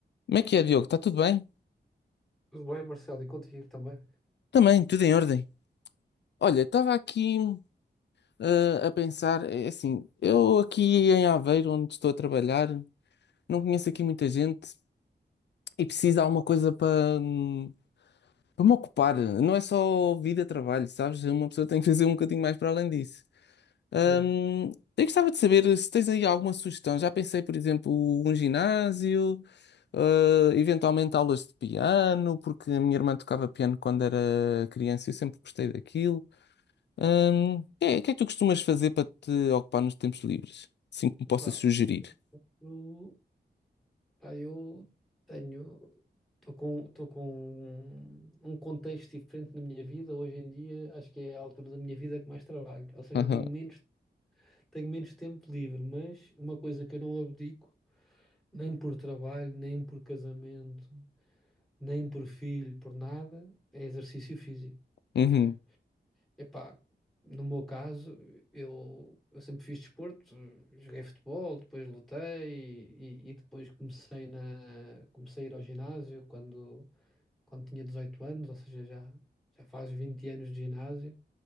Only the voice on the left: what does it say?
Como é que é, Diogo? Está tudo bem?
Também, tudo em ordem. Olha, estava aqui eh, a pensar, é assim, eu aqui em Aveiro, onde estou a trabalhar, não conheço aqui muita gente e preciso de alguma coisa para hum, para me ocupar. Não é só vida, trabalho, sabes? Uma pessoa tem que fazer um bocadinho mais para além disso. Hum,
eu gostava de saber se tens aí alguma sugestão. Já pensei, por exemplo, um ginásio, eh, eventualmente aulas de piano, porque a minha irmã tocava piano quando era criança e eu sempre gostei daquilo. Hum, o que é, o que é que tu costumas fazer para te ocupar nos tempos livres? Assim que me possas
sugerir.
Aham.
Uhum,